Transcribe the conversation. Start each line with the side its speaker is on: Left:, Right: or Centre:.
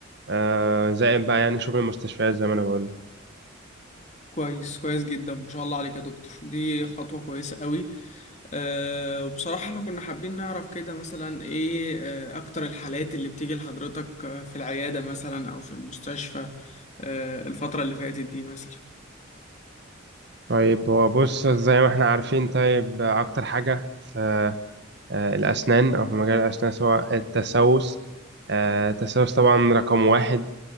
Right: أه زائد بقى يعني شغل المستشفيات زي ما أنا بقول
Left: كويس كويس جدا ما شاء الله عليك يا دكتور دي خطوة كويسة قوي آه، وبصراحة احنا كنا حابين نعرف كده مثلا ايه آه، اكتر الحالات اللي بتيجي لحضرتك آه، في العيادة مثلا او في المستشفى آه، الفترة اللي فاتت دي مثلا
Right: طيب هو بص زي ما احنا عارفين طيب أكتر حاجة في آه، الأسنان أو في مجال الأسنان سواء التسوس آه، التسوس طبعا رقم واحد